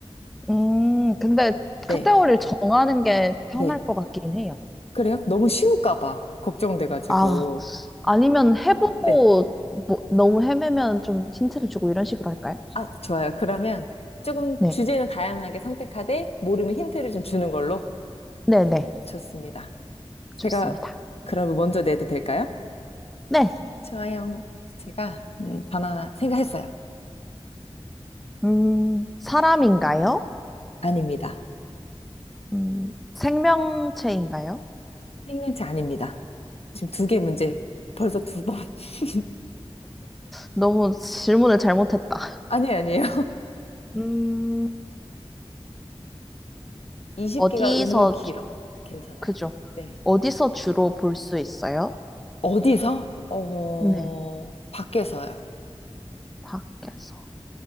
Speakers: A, in the centre; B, on the left.
A: 음, 근데
B: 네.
A: 카테고리를 정하는 게 편할
B: 네.
A: 것 같긴 해요.
B: 그래요? 너무 쉬울까 봐 걱정돼가지고.
A: 아, 아니면 해보고
B: 네.
A: 뭐, 너무 헤매면 좀 힌트를 주고 이런 식으로 할까요?
B: 아, 좋아요. 그러면 조금
A: 네.
B: 주제는 다양하게 선택하되 모르면 힌트를 좀 주는 걸로
A: 네네.
B: 좋습니다. 제가
A: 좋습니다.
B: 그러면 먼저 내도 될까요?
A: 네.
B: 좋아요. 제가 음, 바나나 생각했어요.
A: 음, 사람인가요?
B: 아닙니다.
A: 음, 생명체인가요?
B: 생명체 아닙니다. 지금 두 개 문제. 벌써 두 번. <laughs>
A: 너무 질문을 잘못했다.
B: 아니에요, 아니에요.
A: 음,
B: 20개가
A: 어디서,
B: 은근 길어.
A: 주-
B: 괜찮아요.
A: 그죠?
B: 네.
A: 어디서 주로 볼 수 있어요?
B: 어디서? 어,
A: 네.
B: 밖에서요.
A: 밖에서.